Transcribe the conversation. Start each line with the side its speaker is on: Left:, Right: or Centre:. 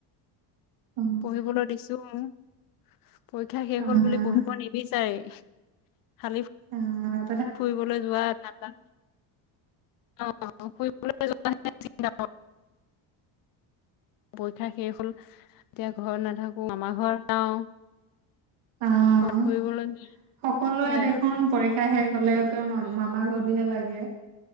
Right: অ
Left: পঢ়িবলৈ দিছো। <inaudible> পৰীক্ষা শেষ
Right: আহ
Left: হল বুলি পঢ়িব নিবিচাৰেই। খালি
Right: উম।
Left: ফুৰিবলৈ যোৱা ঠাণ্ডা, আহ ফুৰিবলৈ যোৱা হে চিন্তা পৰীক্ষা শেষ হল। এতিয়া ঘৰত নাথাকো আমাৰ ঘৰ যাওঁ
Right: অহ,
Left: ক'ত ফুৰিবলৈ
Right: সকলোৱে
Left: সেয়াই
Right: দেখোন পৰিক্ষ খাই শেষ হলে এক ম-মামা ঘৰটো হে লাগে।